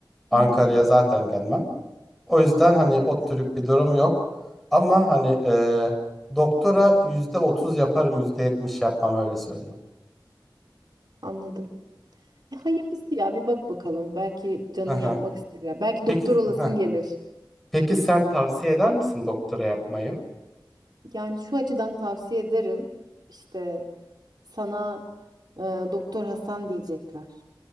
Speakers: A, in the centre; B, on the right.
A: Ankara'ya
B: Hı hı.
A: zaten gelmem. O yüzden hani
B: Evet.
A: ODTÜ'lük bir durum yok. Ama hani e, doktora %30 yaparım %70 yapmam öyle söyleyeyim.
B: Anladım. E, hayırlısı ya bir bak bakalım. Belki canın
A: <laughs>
B: yapmak ister. ya. Belki
A: Peki,
B: doktor olasın
A: heh.
B: gelir.
A: Peki sen tavsiye eder misin doktora yapmayı?
B: Yani şu açıdan tavsiye ederim. İşte sana e, Doktor Hasan diyecekler.